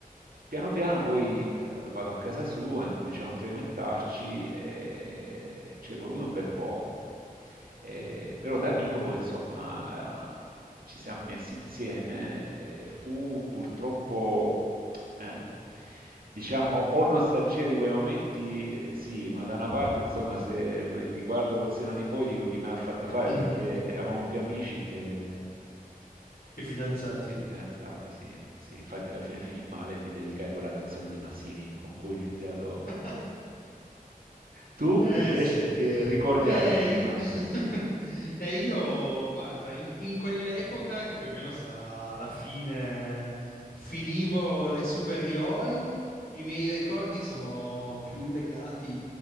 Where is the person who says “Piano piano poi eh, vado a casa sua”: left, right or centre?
Right